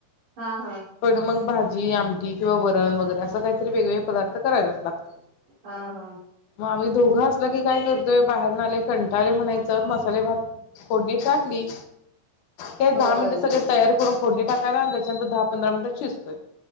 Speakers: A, on the right; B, on the left.
A: हा हा
B: पण मग भाज -- जी, आमटी किंवा वरण वगैरे अस -- वेग प् करा लागतग
A: हा हा
B: आम्ही दोघ की काय करतोय बाहेर नाले कंटाले म्हणायच मसाले भात फोडणी टाकली काही
A: होय.
B: दहा मिनिटं सगळे तयार करून फोडणी टाकायलांत दहा पंधरा मिनटात शिजतोय